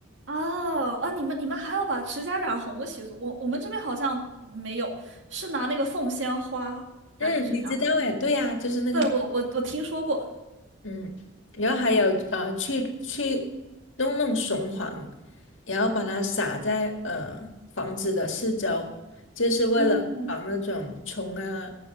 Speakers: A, on the right; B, on the left.
A: 哦啊，你们你们还有把指甲染红的习俗，我我们这边好像没有，是拿那个凤仙花染指甲吗？
B: 嗯，你知道哎，对呀、就是那个。
A: 对，我我我听说过。
B: 嗯，然后还有呃，去去弄弄雄黄，然后把它撒在呃房子的四周，就是为了防那种虫啊、
A: 嗯。